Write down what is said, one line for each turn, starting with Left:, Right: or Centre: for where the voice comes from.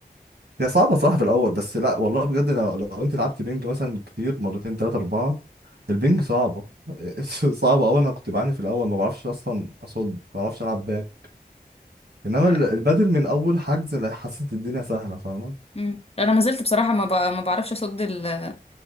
Right: هي صعبة صراحة في الأول بس لا والله بجد لو, لو انت لعبت بنج مثلا كتير مرتين تلاتة أربعة البنج صعبة <laughs> صعبة أوي أنا كنت بعاني في الأول ما بعرفش أصلا أصد ما بعرفش ألعب باك إنما
Left: <laughs>
Right: ال-
Left: لا.
Right: البدل من أول حجز لا، حسيت الدنيا سهلة فاهمة
Left: مم. انا ما زلت بصراحه ما ب... ما بعرفش اصد ال...